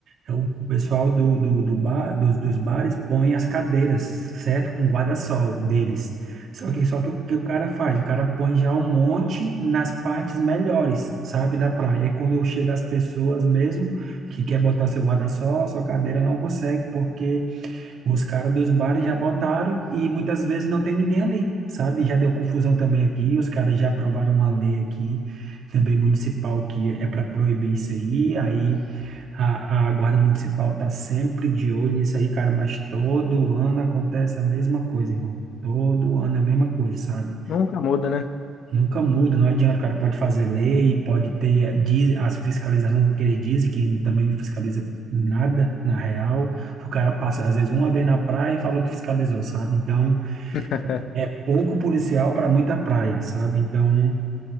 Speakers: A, on the right; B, on the left.
A: é o pessoal do, do, do bar, dos, dos bares põe as cadeiras, certo? Com guarda-sol deles. Só que só que o que o cara faz? O cara põe já um monte nas partes melhores, sabe, da praia. E quando chega as pessoas mesmo que quer botar seu guarda-sol, sua cadeira não consegue, porque os caras dos bares já botaram e muitas vezes não tem ninguém ali, sabe? Já deu confusão também aqui, os caras já aprovaram uma lei aqui, também municipal, que é para proibir isso aí, aí a, a guarda municipal tá sempre de olho nisso aí, cara, mas todo ano acontece a mesma coisa, irmão. Todo ano é a mesma coisa, sabe?
B: Nunca muda, né?
A: Nunca muda, não adianta, cara. Pode fazer lei, pode ter diz, a fiscalização que eles dizem, que também não fiscaliza nada, na real. O cara passa, às vezes, uma vez na praia e falou que fiscalizou, sabe? Então,
B: <laughs>
A: é pouco policial para muita praia, sabe? Então,